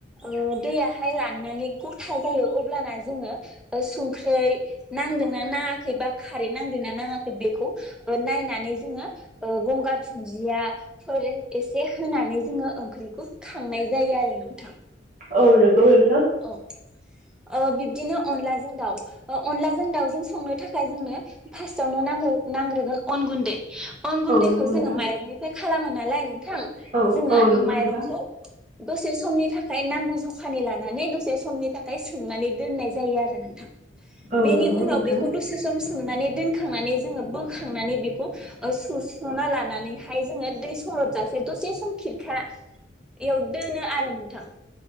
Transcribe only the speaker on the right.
औ नंगौ नोंथां।
औ नंगौ नोंथां
औ
औ नंगौ
नोंथां
औ
नंगौ
नोंथां